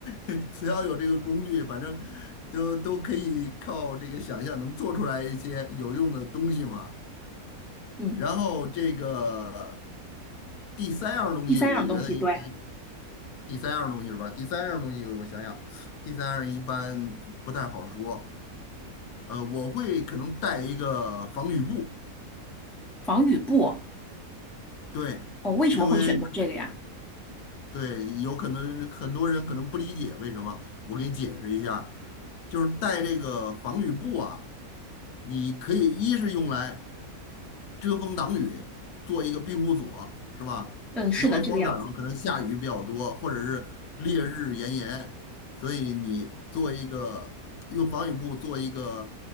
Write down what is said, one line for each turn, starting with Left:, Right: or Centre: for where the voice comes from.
Left: <laughs> 只要有这个工具，反正都都可以靠这个想象能做出来一些有用的东西嘛。
Centre: 嗯，
Left: 然后这个第三样东西，
Centre: 第三样东西，
Left: 我觉得应该
Centre: 对，
Left: 第三样东西是吧？第三样东西我想想，第三样一般不太好说。呃，我会可能带一个防雨布，
Centre: 防雨布。
Left: 对，
Centre: 哦，为什么会选择这个呀？
Left: 因为对，有可能很多人可能不理解为什么，我给你解释一下儿就是带这个防雨布啊，你可以一是用来遮风挡雨，做一个庇护所，是吧？
Centre: 嗯，是的，
Left: 因为荒岛上可能下雨比较多，
Centre: 这个样子。嗯，
Left: 或者是烈日炎炎，所以你做一个用防雨布做一个